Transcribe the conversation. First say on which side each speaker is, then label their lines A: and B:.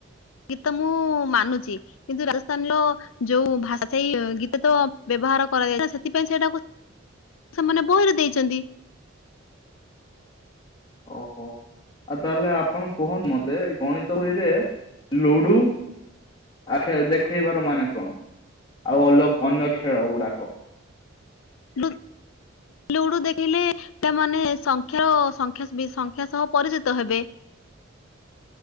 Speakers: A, on the left (about 80°); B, on the left (about 20°).
A: ଗୀତ ମୁଁ ମାନୁଛି କିନ୍ତୁ ରାଜସ୍ଥାନୀର ଯୋଉ ଭାଷା ସେଇ ଗୀତ ତ ବେ ବ୍ୟବହାର କରାଯାଇଛି ସେଥିପାଇଁ ସେଇଟାକୁ ସେମାନେ ବହିରେ ଦେଇଛନ୍ତି।
B: ଓହୋ। ଆଉ ତାହେଲେ ଆପଣ କୁହନ୍ତୁ ମତେ ଗଣିତ ବହିରେ ଲୁଡୁ ଆଖ ଦେଖେଇବାର ମାନେ କଣ? ଆଉ ଅଲ ଅନ୍ୟ ଖେଳ ଗୁଡାକ।
A: ଲୁ ଲୁଡୁ ଦେଖିଲେ ପିଲାମାନେ ସଂଖ୍ୟା ଓ ସଂଖ୍ୟା ବି ସଂଖ୍ୟା ସହ ପରିଚିତ ହେବେ।